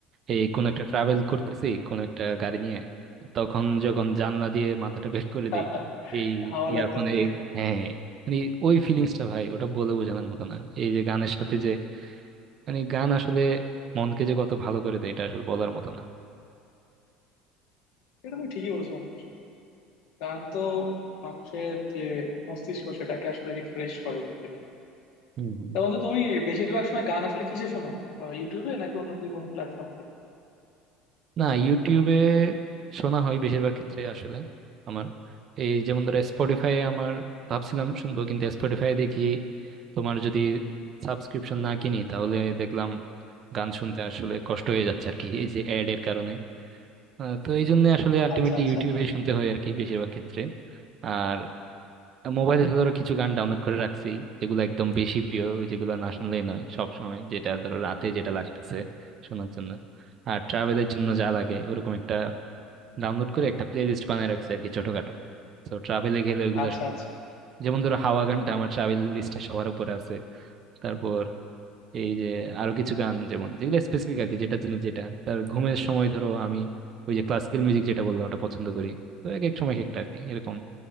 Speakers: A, on the right (about 50°); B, on the left (about 70°).
A: এই কোন একটা ট্রাভেল করতেছি কোন একটা গাড়ি নিয়ে তখন যখন জানলা দিয়ে মাথাটা বের করে
B: <laughs>
A: দেই এই
B: হাওয়া
A: ইয়ারফোনে
B: লাগতেছে
A: হ্যাঁ মানে ওই ফিলিংসটা ভাই ওটা বলে বোঝানোর মতো না এই যে গানের সাথে যে মানে গান আসলে মনকে যে কত ভালো করে দেয় এটা আসলে বলার মতো না
B: এটা তুমি ঠিকই বলেছো বন্ধু আসলে গান তো মানুষের যে মস্তিষ্ক সেটাকে আসলে রিফ্রেশ করে বলতে গেলে
A: হম
B: তা বন্ধু তুমি বেশিরভাগ সময় গান আসলে কিসে শোনো আহ, ইউটিউবে নাকি অন্য কোনো প্ল্যাটফর্মে শোনো
A: না ইউটিউবে শোনা হয় বেশিরভাগ ক্ষেত্রে আসলে আমার এই যেমন ধরো স্পটিফাই আমার ভাবছিলাম শুনবো কিন্তু স্পটিফাই দেখি তোমার যদি সাবস্ক্রিপশন না কিনি তাহলে দেখলাম গান শুনতে আসলে কষ্ট হয়ে যাচ্ছে আর কি এই যে অ্যাড এর কারণে আহ, তো এই জন্য আসলে আলটিমেটলি
B: আচ্ছা আচ্ছা
A: ইউটিউবে শুনতে হয় আর কি বেশিরভাগ ক্ষেত্রে আর মোবাইলে তো ধরো কিছু গান ডাউনলোড করে রাখছি যেগুলো একদম বেশি প্রিয় যেগুলো না শুনলেই নয় সব সময় যেটা ধরো রাতে যেটা লাগতেছে শোনার জন্য আর ট্রাভেলের জন্য যা লাগে ওরকম একটা ডাউনলোড করে একটা প্লে লিস্ট বানিয়ে রাখছি আর কি ছোটখাটো তো ট্রাভেলে গেলে ওইগুলা
B: আচ্ছা
A: শুনি।
B: আচ্ছা
A: যেমন ধরো হাওয়া গানটা আমার ট্রাভেল লিস্টে সবার উপরে আছে তারপর এই যে আরো কিছু গান যেমন যেগুলো স্পেসিফিক আর কি যেটার জন্য যেটা তার ঘুমের সময় ধরো আমি ওই যে ক্লাসিক্যাল মিউজিক যেটা বললাম ওটা পছন্দ করি তো এক এক সময় এক একটা আর কি এরকম